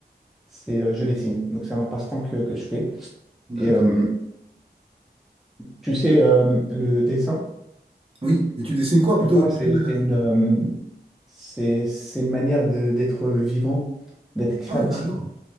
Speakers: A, in the centre; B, on the right.
A: c'est, euh, je dessine. Donc c'est un passe-temps que, que je fais.
B: d'accord.
A: Et euh, tu sais, euh, le dessin.
B: Oui, et tu dessines quoi
A: Pour
B: plutôt,
A: moi,
B: plutôt
A: c'est
B: de
A: c'est
B: la-
A: une, euh, c'est c'est une manière de- d'être vivant, d'être créatif.
B: Ah oui, carrément.